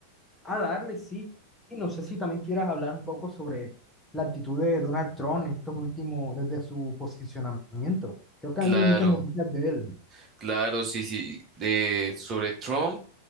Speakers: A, in the centre; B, on the right.
A: A darle, sí. Y no sé si también quieras hablar un poco sobre la actitud de Donald Trump en estos últimos, desde su posicionamiento. Creo que
B: Claro,
A: ha habido muchas noticias de él.
B: claro, sí, sí, de sobre Trump.